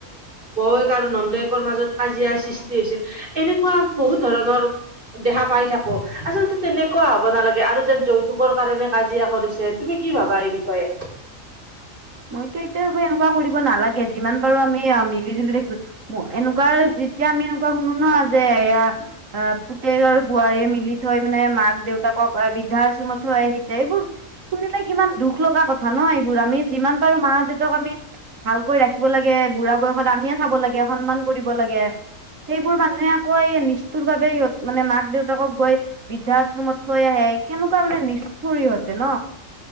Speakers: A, on the right; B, on the right.
A: বৌৱেক আৰু নন্দয়েকৰ মাজত কাজিয়াৰ সৃষ্টি হৈছে। এনেকুৱা বহুত ধৰণৰ- দেখা পাই থাকো, আচলতে তেনেকুৱা হব নালাগে আৰু যেন যৌতুকৰ কাৰণে কাজিয়া কৰিছে। তুমি কি ভাবা এই বিষয়ে?
B: মইতো এইটোৱে ভাবো এনেকুৱা কৰিব নালাগে, যিমান পাৰো আমি মিলি জুলি থাকিব- এনেকুৱা যেতিয়া আমি এনেকুৱা শুনো ন' যে এয়া- অ পুতেক আৰু বোৱাৰীয়ে মিলি থৈ মানে মাক দেউতাকক এ- বৃদ্ধা আশ্ৰমত থৈ আহিছে এইবোৰ শুনিলে কিমান দুখ লগা কথা ন? এইবোৰ আমি- যিমান পাৰো মা দেউতাক আমি ভালকৈ ৰাখিব লাগে বুঢ়া বয়সত আমিয়ে চাব লাগে। এ সন্মান কৰিব লাগে। সেইবোৰ মানুহে আকৌ এই নিষ্ঠুৰভাৱে ইহঁত মানে মাক দেউতাকক গৈ- বৃদ্ধা আশ্ৰমত থৈ আহে, কেনেকুৱা মানে নিষ্ঠৰ ইহঁতে ন।